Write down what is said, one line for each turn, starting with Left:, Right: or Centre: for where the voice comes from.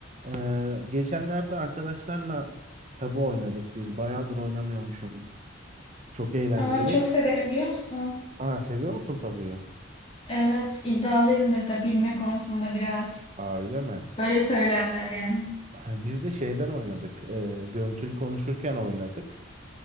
Right: Ee, geçenlerde arkadaşlarla tabu oynadık biz. Bayağıdır oynamıyormuşum. Çok eğlenceli.
Left: Aa, çok severim biliyor musun?
Right: Aa seviyor musun tabuyu?
Left: Evet, iddialıyımdır da bilme konusunda biraz.
Right: Aa öyle mi?
Left: Böyle söylerler yani.
Right: <laughs> Biz de şeyden oynadık. Ee, görüntülü konuşurken oynadık.